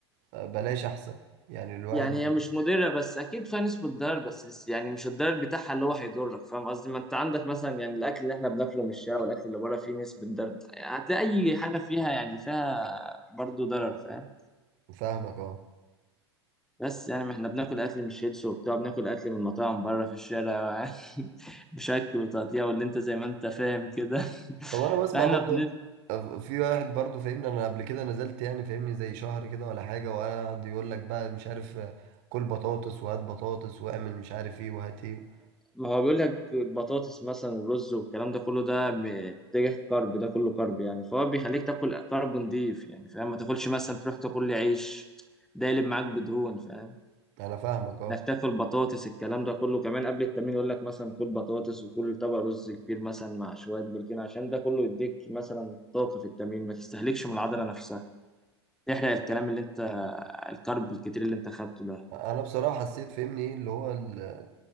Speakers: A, on the right (about 45°); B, in the centre.
A: آه، بلاش احسن يعني
B: <laughs>
A: الواحد
B: يعني هي مش مضرة بس أكيد فيها نسبة ضرر بس لس- يعني مش الضرر بتاعها اللي هو هيضرك فاهم قصدي ما أنت عندك مثلا يعني الأكل اللي إحنا بناكله من الشارع والأكل اللي بره فيه نسبة ضرر يعني هتلاقي أي حاجة فيها يعني فيها برضه ضرر فاهم
A: فاهمك اه
B: بس يعني ما احنا بناكل اكل من شيبس وبتاع بناكل اكل من مطاعم بره في الشارع <laughs> بشكل وتقطيع واللي انت زي ما انت فاهم كده <laughs>
A: طب انا بسمع
B: فاحنا
A: برضه
B: بن...
A: آه، في واحد برضه فاهمني انا قبل كده نزلت يعني فاهمني زي شهر كده ولا حاجه وقعد يقول لك بقى مش عارف آه، كل بطاطس وهات بطاطس واعمل مش عارف ايه وهات ايه
B: ما هو بيقول لك البطاطس مثلا والرز والكلام ده كله ده ب- اتجاه كارب ده كله كارب يعني فهو بيخليك تاكل كارب نضيف يعني فاهم ما تاكلش مثلا تروح تاكل لي عيش ده يقلب معاك بدهون فاهم
A: انا فاهمك اه
B: نكتفي البطاطس الكلام ده كله كمان قبل التمرين يقول لك مثلا كل بطاطس وكل طبق رز كبير مثلا مع شويه بروتين عشان ده كله يديك مثلا طاقه في التمرين ما تستهلكش من العضله نفسها تحرق الكلام اللي انت الكارب الكتير اللي انت خدته ده
A: انا بصراحه حسيت فهمني ايه اللي هو ال...